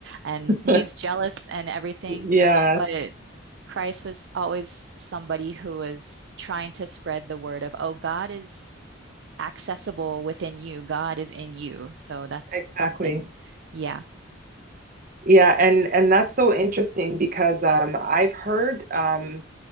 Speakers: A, on the right; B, on the right.
A: and
B: <laughs>
A: he's jealous and everything
B: Yes,
A: but christ was always somebody who was trying to spread the word of oh god is accessible within you god is in you so that's
B: exactly.
A: something yeah
B: Yeah, and and that's so interesting because um I've heard um